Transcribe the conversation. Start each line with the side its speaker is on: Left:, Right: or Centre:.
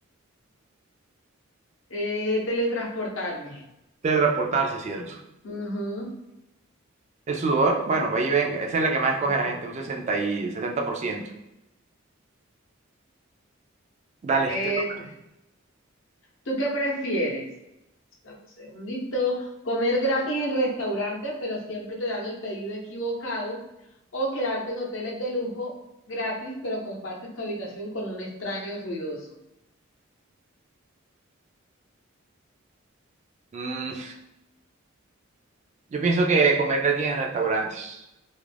Left: Eh, teletransportarme.
Right: Teletransportarse, ¿cierto?
Left: Ujú.
Right: El sudor, bueno, vaya y venga. Esa es la que más escoge
Left: Mm.
Right: la gente, un 60 y 60%. Dale,
Left: Eh,
Right: te toca.
Left: ¿Tú qué prefieres? Dame un segundito. ¿Comer gratis en restaurantes, pero siempre te dan el pedido equivocado? ¿O quedarte en hoteles de lujo gratis, pero compartes tu habitación con un extraño ruidoso?
Right: Mm, yo pienso que comer gratis en restaurantes.